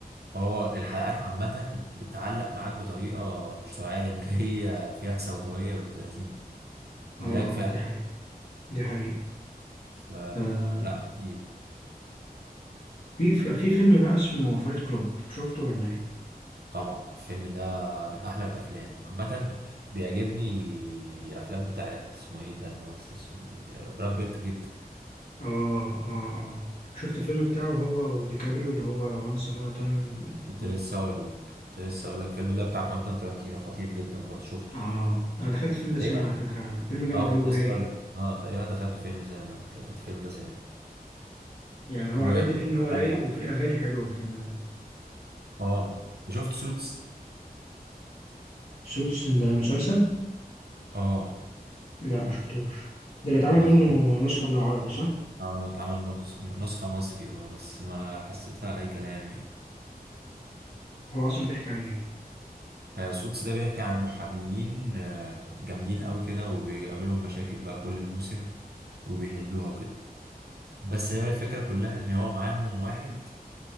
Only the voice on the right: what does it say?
اه الحلقات عامة بتعلق معاك بطريقة مش طبيعية لأن هي فيها سوداوية بنت لذينة بلاك
فعلا
فلا
خطير
طبعا الفيلم ده من أحلى الأفلام عامة بيعجبني الأفلام بتاعت اسمه إيه ده الممثل اسمه إيه آه، براد بيت جدا
كنت لسه اقول لك كنت لسه اقول لك الفيلم ده بتاع كوانتين ترانتينو خطير جدا برضه شفته
تقريبا
اه
كنت
لسه اقول لك اه تقريبا دخلته فيلم سينما دخلت فيلم ده سينما
و
على حاجة.
اه شفت سوتس
اه
ده
خطير
اه اتعمل نسخ- نسخة مصري اه بس ما حسيتها اي كلام يعني
آه سوتس ده بيحكي عن محاميين آه جامدين قوي كده وبيقابلهم مشاكل بقى كل موسم وبيحلوها وكده بس هي الفكرة كلها ان هو معاهم واحد